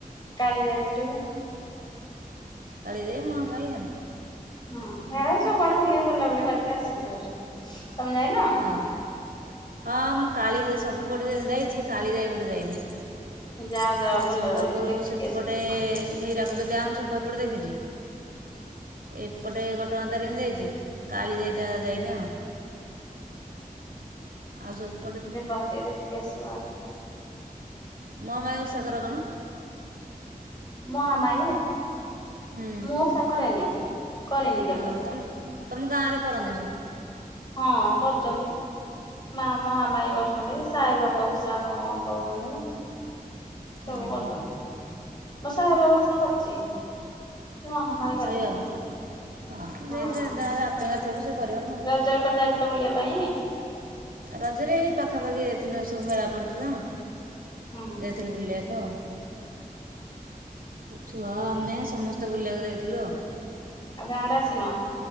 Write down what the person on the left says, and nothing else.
କାଳି ଯାଇଥିଲୁ।
ହଁ ସେ ସବୁଆଡେ ବୁଲି ବୁଲାବୁଲି କରିକି ଆସିଚୁ ହାରି ତମେ ଯାଇନ?
ଯାଅ
ଯାଅ ଭଲ ଦେଖିକି
ଆସିବ ଟିକେ
ଯିବହାରି ଟିକେ ଦେଖିକି ଆସିବ ହାରି।
ମହାମାୟୀ
ମୁଁ ଓଷା କରେନି। କରିନି କେବେ
ହଁ କରୁଚନ୍ତି। ମା ମହାମାୟୀ କରୁସନ୍ତି ସାଇ ବାବା ଓଷା କଣ କରୁସନ୍ତି। ସବୁ
କରୁସନ୍ତି
ମୁଁ ସାଇ ବାବା ଓଷା କରିଚି। ମହାମାୟୀ କରିନି।
ହଁ।
ରଜରେ କୁଆଡେ ଯାଇଥିଲ ବୁଲିଆ ପାଇଁ?
ହଁ।
ଆଉ ଗାଁ ଆଡେ ଆସିନ?